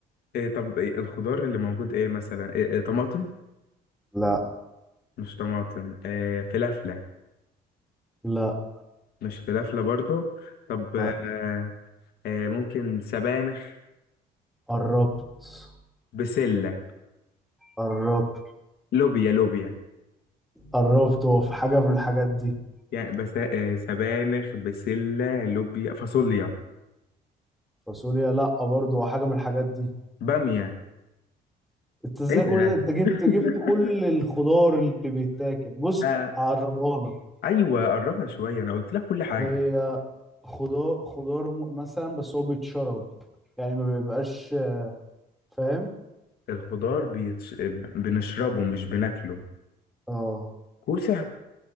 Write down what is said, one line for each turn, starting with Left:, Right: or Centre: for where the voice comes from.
Left: إيه طب إيه الخضار اللي موجود ايه مثلا إيه إيه طماطم
Centre: لا
Left: مش طماطم إيه فلافلة
Centre: لا
Left: مش فلافلة برضو طب آه
Centre: لا
Left: آه ممكن سبانخ
Centre: قربت
Left: بسلة
Centre: قربت
Left: لوبيا لوبيا
Centre: قربت هو في حاجة من الحاجات دي
Left: يعني بس آه سبانخ بسلة لوبيا فاصوليا
Centre: فاصوليا لا برضه هو حاجة من الحاجات دي
Left: بامية
Centre: انت ازاي
Left: ايه
Centre: كل
Left: ده
Centre: ده انت جبت جبت كل
Left: <laughs>
Centre: الخضار اللي بيتاكل بص
Left: آه،
Centre: هقربها لك
Left: ايوه قربها شويه انا قلت لك كل حاجه
Centre: هي خضار خضار م- مثلا بس هو بيتشرب يعني ما بيبقاش فاهم
Left: الخضار بيتش... بنشربه مش بناكله
Centre: اه
Left: كوسه